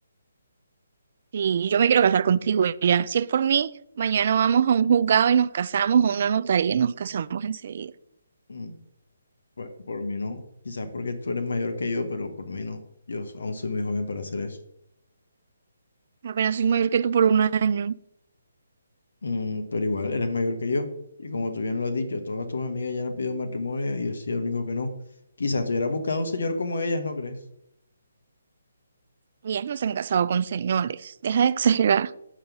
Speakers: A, on the right (about 50°); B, on the left (about 75°).
A: Si yo me quiero casar contigo y ya, si es por mí, mañana vamos a un juzgado y nos casamos, a una notaría y nos casamos enseguida.
B: Mm, Pues por mí no, quizás porque tú eres mayor que yo, pero por mí no. Yo so- aún soy muy joven para hacer eso.
A: Apenas soy mayor que tú por un año,
B: Mm, pero igual eres mayor que yo. Y como tú bien lo has dicho, todas tus amigas ya han pedido matrimonio y yo soy el único que no. Quizás tú hubieras buscado un señor como ellas, ¿no crees?
A: y ellas no se han casado con señores, deja de exagerar.